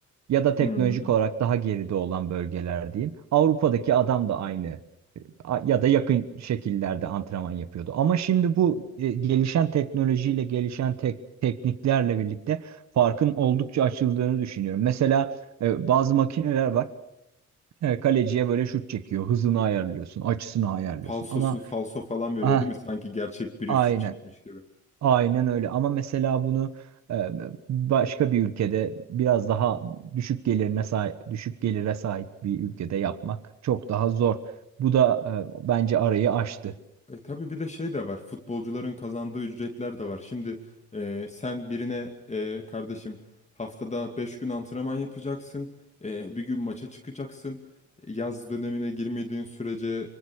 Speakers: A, on the right; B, on the left.
A: Ya da teknolojik
B: Hmm.
A: olarak daha geride olan bölgeler diyeyim. Avrupa'daki adam da aynı A- ya da yakın şekillerde antrenman yapıyordu. Ama şimdi bu e, gelişen teknolojiyle, gelişen tek, tekniklerle birlikte farkın oldukça açıldığını düşünüyorum. Mesela e, bazı makineler var. E, kaleciye böyle şut çekiyor. Hızını ayarlıyorsun, açısını ayarlıyorsun.
B: falsosu
A: Ama
B: falso falan veriyor
A: ah,
B: değil mi? Sanki gerçek biri
A: aynen,
B: şut çekmiş gibi.
A: aynen öyle. Ama mesela bunu e, başka bir ülkede biraz daha düşük gelirine sahip, düşük gelire sahip bir ülkede yapmak çok daha zor. Bu da e, bence arayı aştı.
B: E tabii bir de şey de var. Futbolcuların kazandığı ücretler de var. Şimdi e, sen birine e, kardeşim haftada 5 gün antrenman yapacaksın. E, bir gün maça çıkacaksın. Yaz dönemine girmediğin sürece